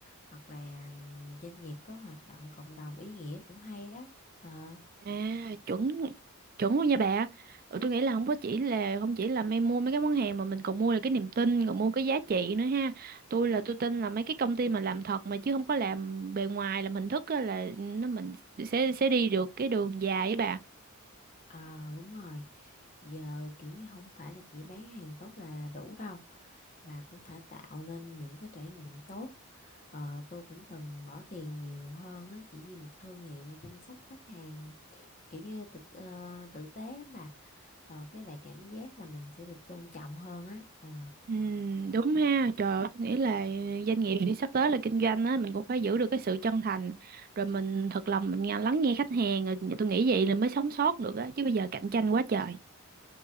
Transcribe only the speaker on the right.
À, chuẩn chuẩn luôn nha bà. Ừ, tôi nghĩ là không có chỉ là không chỉ là em mua mấy cái món hàng mà mình còn mua được cái niềm tin, còn mua cái giá trị nữa ha. Tôi là tôi tin là mấy cái công ty mà làm thật mà chứ không có làm bề ngoài làm hình thức á, là nó mình sẽ sẽ đi được cái đường dài với bà.
Ừ, đúng ha. Trời ơi, tôi nghĩ là doanh nghiệp thì sắp tới là kinh doanh á, mình cũng phải giữ được cái sự chân thành rồi mình thật lòng mình nghe- lắng nghe khách hàng rồi tôi nghĩ vậy là mới sống sót được á chứ bây giờ cạnh tranh quá trời.